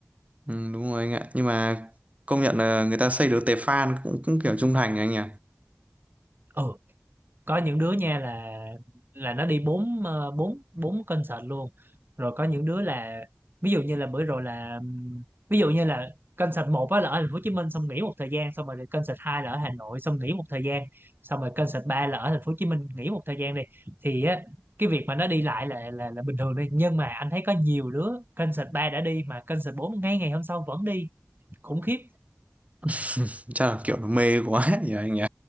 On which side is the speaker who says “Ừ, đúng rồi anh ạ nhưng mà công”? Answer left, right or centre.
Right